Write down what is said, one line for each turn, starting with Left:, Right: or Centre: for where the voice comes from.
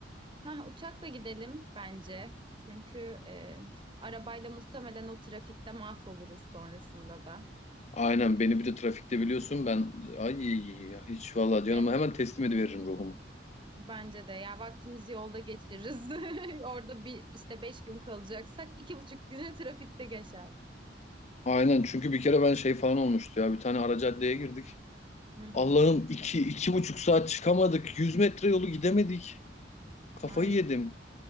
Right: Ha uçakla gidelim bence. Çünkü e, arabayla muhtemelen o trafikte mahvoluruz sonrasında da.
Left: Aynen beni bir de trafikte biliyorsun ben ay ya, hiç vallahi canımı
Right: Evet.
Left: hemen teslim ediveririm ruhumu.
Right: Bence de ya vaktimizi yolda geçiririz. <laughs> Orada bir işte beş gün kalacaksak iki buçuk güne trafikte geçer.
Left: Aynen çünkü bir kere ben şey falan olmuştu ya bir tane ara caddeye girdik.
Right: Hı hı.
Left: Allah'ım iki, iki buçuk saat çıkamadık. Yüz metre yolu gidemedik. Kafayı
Right: Ay
Left: yedim.